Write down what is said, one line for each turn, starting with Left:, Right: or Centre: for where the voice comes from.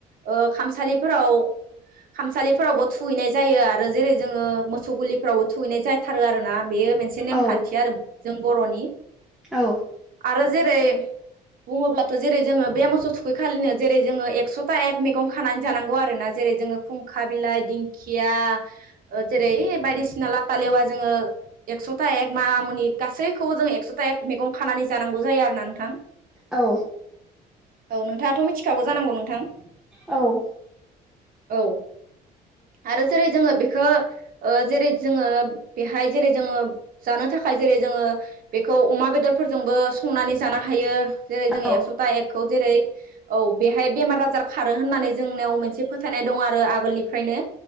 Right: ओ खामसालिफोराव, खामसालिफोरावबो थुहैनाय जायो आरो जेरै जोङो मोसौ गुलिफोरावबो थुहैनाय जाथारो आरोना? बेयो मोनसे नेमखान्थि
Centre: औ
Right: आरो जों बर'नि
Centre: औ
Right: आरो जेरै बुङोब्लाथ' जेरै जोङो बे मासाव थुखै खालिनो जेरै जोङो एकस'था एक मिट, मैगं खानानै जानांगौ आरो ना जेरै जोङो खुंखा बिलाइ दिंखिया जेरै ऐ बायदिसि बिना लाफा लेवा जोङो, एकस'था एक मानामुनि गासैखौबो जों एकस'था एक मैगं खानानै जानांगौ जायो आरोना नोंथां,
Centre: औ
Right: औ नोंथाङाथ' मिथिखागौ जानांगौ नोंथां
Centre: औ
Right: औ आरो जेरै जोङो बे खो ओ जेरै जोङो बेहाय जेरै जोङो जानो थाखाय जेरै जोङो बेखौ खौ अमा बेदरफोरजोंबो संनानै जानो हायो। जेरै जों
Centre: औ
Right: एकस'था एकखौ जेरै औ बेहाय बेमार आजार खारो होननानै जोंनियाव मोनसे फोथायनाय दं आरो आगोलनिफ्रायनो